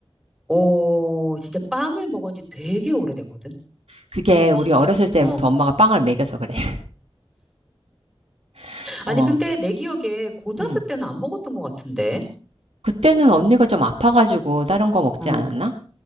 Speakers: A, in the centre; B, on the right.
A: 어, 진짜 빵을 먹은 지 되게 오래됐거든.
B: 그게
A: 진짜.
B: 우리 어렸을 때부터
A: 어.
B: 엄마가 빵을 먹여서 그래. <laughs>
A: 아니,
B: 어,
A: 근데 내 기억에 고등학교
B: 음.
A: 때는 안 먹었던 것 같은데.
B: 그때는 언니가 좀 아파가지고 다른 거 먹지
A: 어.
B: 않았나?